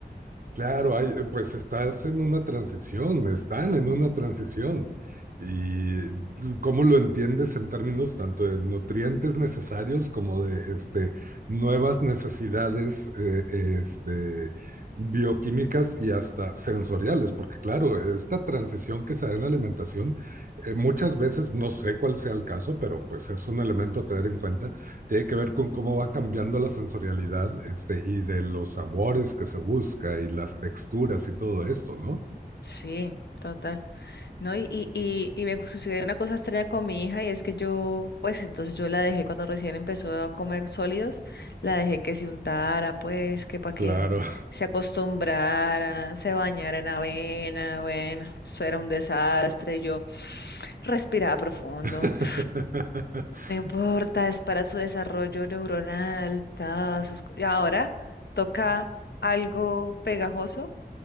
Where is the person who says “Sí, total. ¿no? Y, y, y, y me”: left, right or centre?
Left